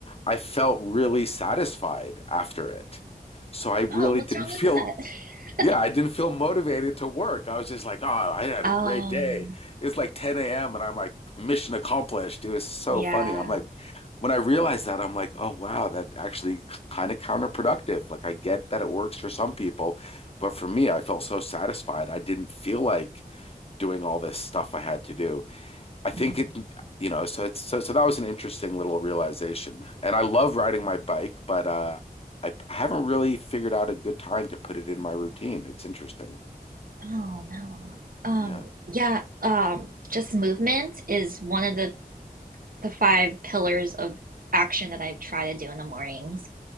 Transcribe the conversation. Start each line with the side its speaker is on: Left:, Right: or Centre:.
Left: I felt really satisfied after it. So I really
Right: Oh, what's
Left: didn't
Right: wrong
Left: <laughs> feel
Right: with that? <laughs>
Left: yeah, I didn't feel motivated to work. I was just like, oh, I had
Right: Um,
Left: a great day. It's like 10 a.m. and I'm like, mission accomplished. It was so
Right: yeah.
Left: funny. I'm like, when I realized that, I'm like, oh, wow, that actually kind of counterproductive. Like, I get that it works for some people, but for me, I felt so satisfied. I didn't feel like doing all this stuff I had to do. I
Right: Mhm.
Left: think it, you know, so it's so so that was an interesting little realization. And I love riding my bike, but uh I, I haven't really figured out a good time to put it in my routine. It's interesting.
Right: Oh no. Um,
Left: Yeah.
Right: yeah, um, just movement is one of the the five pillars of action that I try to do in the mornings.